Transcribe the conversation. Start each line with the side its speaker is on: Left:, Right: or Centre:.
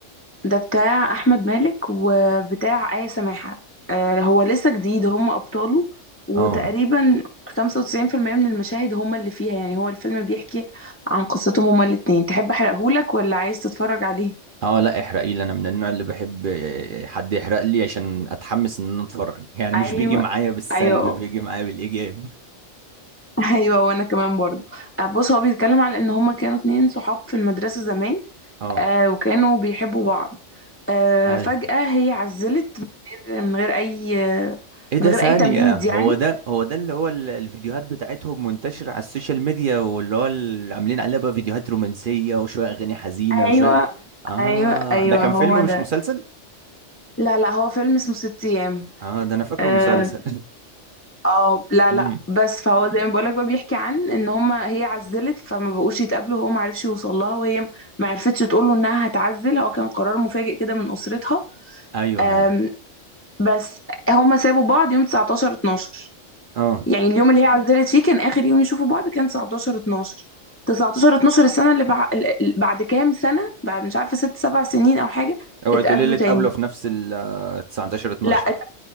Left: ده بتاع أحمد مالك وبتاع آية سماحة آه هو لسه جديد هم أبطاله وتقريبا
Right: اه
Left: 95% من المشاهد هم اللي فيها يعني هو الفيلم بيحكي عن قصتهم هما الاتنين تحب أحرقهولك ولا عايز تتفرج عليه؟
Right: اه لا احرقي لي انا من النوع اللي بحب آه، حد يحرق لي عشان اتحمس ان انا اتفرج يعني
Left: أيوه
Right: مش بيجي معايا بالسلب
Left: أيوه
Right: بيجي معايا بالايجاب
Left: <laughs> أيوه وأنا كمان برضه آه، بص هو بيتكلم على إن هما كانوا اتنين صحاب في المدرسة زمان
Right: اه
Left: آه وكانوا بيحبوا بعض آه
Right: ايوه
Left: فجأة هي عزلت من غير من غير أي
Right: ايه ده
Left: من غير
Right: ثانية
Left: أي تمهيد
Right: هو
Left: يعني
Right: ده هو ده اللي هو ال- الفيديوهات بتاعتهم منتشرة على السوشيال ميديا واللي هو اللي عاملين عليها بقى فيديوهات رومانسية وشوية اغاني حزينة
Left: ايوه
Right: وشوية اه
Left: ايوه ايوه
Right: ده كان
Left: هو
Right: فيلم
Left: ده
Right: مش مسلسل
Left: لا لا هو فيلم اسمه ست أيام
Right: اه ده انا فاكره
Left: اه
Right: مسلسل
Left: آه، لا
Right: امم
Left: لا بس فهو زي ما بقولك بقى بيحكي عن ان هما هي عزلت فما بقوش يتقابلوا هو ما عرفش يوصل لها وهي ما عرفتش تقول له انها هتعزل هو كان قرار مفاجئ كده من اسرتها
Right: ايوه
Left: آم،
Right: ايوه
Left: بس هما سابوا بعض يوم 19 12
Right: اه
Left: يعني اليوم اللي هي عزلت فيه كان اخر يوم يشوفوا بعض كان 19 12 19 12 السنه اللي بع... ال- ال- بعد كام سنه بعد مش عارفه ست سبع سنين او حاجه
Right: اوعي
Left: اتقابلوا
Right: تقولي لي اتقابلوا
Left: تاني
Right: في نفس ال 19 12
Left: لا ات...